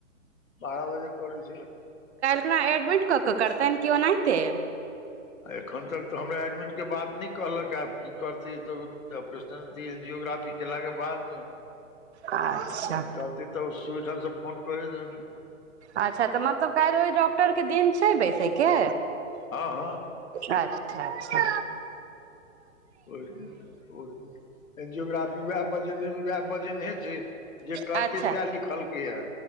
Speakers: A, on the left (about 75°); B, on the right (about 55°).
A: बारा बजे करी छै
B: अपना एडमिट कऽ के करतनि कि ओनाहिते
A: आ एखन तक तऽ हमरा एडमिटके बात नहि कहलक आब की करतै तऽ ऑपरेशनी एन्जियोग्राफी कयलाके बादमे
B: अच्छा
A: जानकरती तऽ सु ढंग से फोन कर द
B: अच्छा तऽ मतलब काल ओहि डॉक्टर के दिन छै बैसे के
A: हँ हँ
B: अच्छा अच्छा
A: ओहि ओ एन्जियोग्राफी उएह वजन उएह वजनहे छै जे करतै
B: अच्छा
A: सएह लिखलकैए